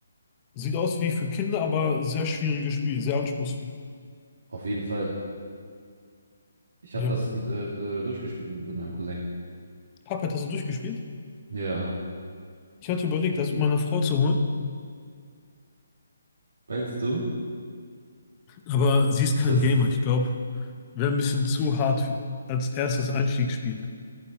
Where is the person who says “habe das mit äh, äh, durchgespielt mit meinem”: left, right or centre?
Right